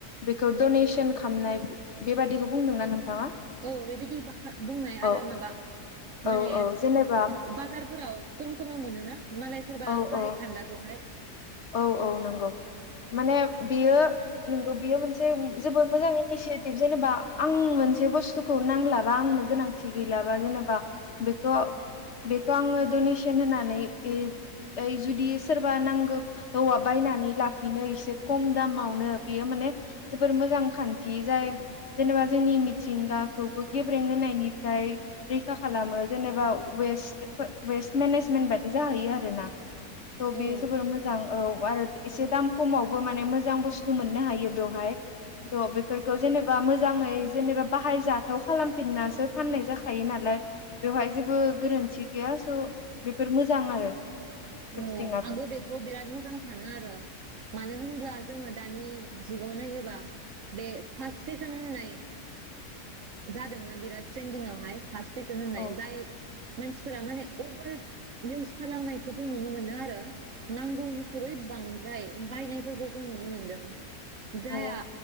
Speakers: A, on the left; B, on the right.
A: बेखौ डनेसन खालामामनाय बेबादिखौ बुंदोंना नोंथाङा?
B: औ बेबादि बुंनाय आरो
A: औ
B: माबा माने
A: औ औ जेनेबा
B: बाजा फोराव खम खमाव मोनोना? मालाय सोरबा
A: औ
B: बाहाय
A: औ
B: खानदा खौहाय
A: औ औ नंगौ माने बेयो नोंगौ बेयो मोनसे जोबोद मोजां इनिसियेटिभ जेनेबा आं मोनसे बुस्थुखौ नांलाबा आंनो गोनांथि गैलाबा जेनेबा बेखौ बेखौ आङो डनेसन होनानै ओ जुदि सोरबा नांगौ। औवा बायनानै लाफिनो एसे खम दामावनो बेयो माने जोबोर मोजां खान्थि जाय जेनेबा जोंनि मिथिंगाखौबो गेब्रें होनायनिफ्राय रैखा खालामो जेनेबा वेस्ट वेस्ट मेनेजमेन्ट बादि जाहैयो आरो ना दं बियो
B: औ
A: जोबोर मोजां औ आरो एसे दाम खमावबो माने मोजां बुस्थु मोननो हायो बेवहाय थ' बेफोरखौ जेनेबा मोजाङै जेनेबा बाहायजाथाव खालामफिननासो फाननाय जाखायो नालाय बेवहाय जेबो गोरोन्थि गैया स' बेफोर मोजां आरो। थ्रिफटिंआबो
B: औ आंबो बेखौ बिरात मो मोजां सानो आरो मानो होनब्ला जोङो दानि जुगाव नायोबा बे फार्ट स्टेसन होननाय जादोंना बिरात ट्रेन्दिंआवहाय फार्स स्तेसन होननाय
A: औ
B: जाय मोन फोर माने अभार इउस खालामनायखौ जों नुनो मोनदों आरो नांगौनिख्रुइ बांद्राय बायनायफोरखौ जों नुनो मोनदों। जायहा
A: औ